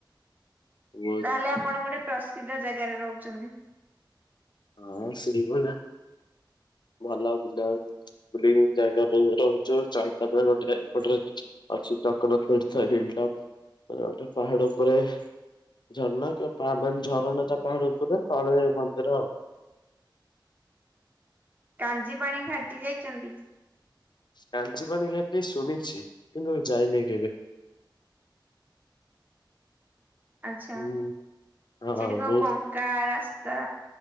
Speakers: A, on the left (about 65°); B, on the right (about 20°).
A: ବହୁତ
B: ତାହେଲେ ଆପଣ ଗୋଟେ ପ୍ରସିଦ୍ଧ ଜାଗାରେ ରହୁଛନ୍ତି।
A: ହଁ ସେଇଭଳିଆ ଭଲ ବୁଲା ବୁଲି ଜାଗା ପାଇଁ ରହୁଚ ଚାରିପାଖରେ ଗୋଟେ ଏପଟରେ ଅଛି ଚକ୍ର ତୀର୍ଥ ହିଲଟପ୍ ପାହାଡ ଉପରେ ଝରଣା କେ ପା ମାନେ ଝରଣାଟା ପାହାଡ ଉପରେ ତଳେ ମନ୍ଦିର ଆଉ।
B: କାଞ୍ଜିପାଣି ଘାଟି ଯାଇଚନ୍ତି?
A: କାଞ୍ଚିପାଣି ଘାଟି ଶୁଣିଚି କିନ୍ତୁ ଯାଇନି କେବେ।
B: ଆଚ୍ଛା।
A: ହୁଁ ହଁ
B: ସେଠି କଣ
A: ବହୁତ
B: ବଙ୍କା ରାସ୍ତା।